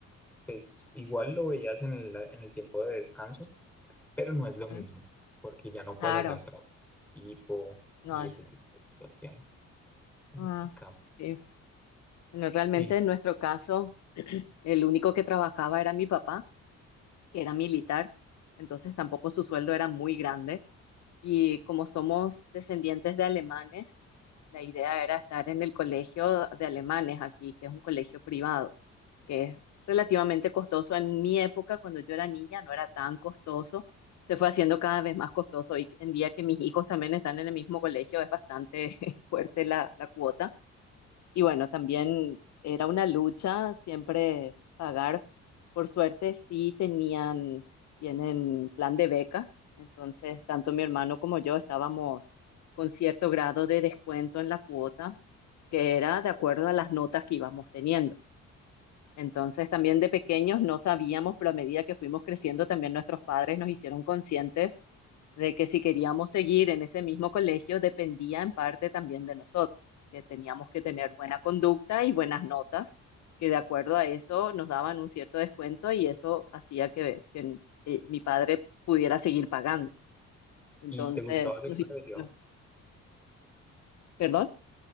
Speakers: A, in the centre; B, on the left.
A: pues igual lo veías en el, en el tiempo de descanso, pero no es lo
B: ujú,
A: mismo, porque ya no puedes
B: claro.
A: hacer trabajo en equipo
B: No,
A: y ese tipo de situaciones, entonces
B: Ah,
A: sí cambia.
B: sí. Bueno, realmente
A: ¿Y,
B: en nuestro caso, <clears throat> el único que trabajaba era mi papá, que era militar, entonces tampoco su sueldo era muy grande. Y como somos descendientes de alemanes, la idea era estar en el colegio de alemanes aquí, que es un colegio privado, que es relativamente costoso. En mi época, cuando yo era niña, no era tan costoso. Se fue haciendo cada vez más costoso. Y en día que mis hijos también están en el mismo colegio, es bastante <laughs> fuerte la la cuota y bueno, también era una lucha siempre pagar. Por suerte sí tenían, tienen plan de becas, entonces tanto mi hermano como yo estábamos con cierto grado de descuento en la cuota, que era de acuerdo a las notas que íbamos teniendo. Entonces también de pequeños no sabíamos, pero a medida que fuimos creciendo también nuestros padres nos hicieron conscientes de que si queríamos seguir en ese mismo colegio dependía en parte también de nosotros, que teníamos que tener buena conducta y buenas notas, que de acuerdo a eso nos daban un cierto descuento y eso hacía que, que, eh, mi padre pudiera seguir pagando. Entonces,
A: y te gustaba ese
B: nos
A: colegio?
B: hicieron- ¿perdón?